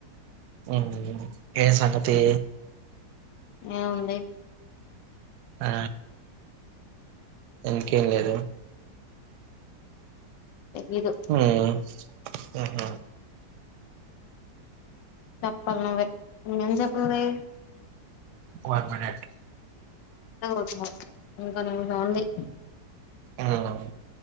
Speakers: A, on the right; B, on the left.
A: ఉమ్ ఏ సంగతీ
B: ఏం ఉంది
A: ఆ ఇంకేమ్ లేదు
B: తెలీదు
A: ఉమ్ హుహూ
B: చెప్పాలి నువ్వే ఇంగ ఎంతసేపుంది
A: వన్ మినేట్
B: అతున్నా ఇంకాాంది <unintelligible>
A: ఉమ్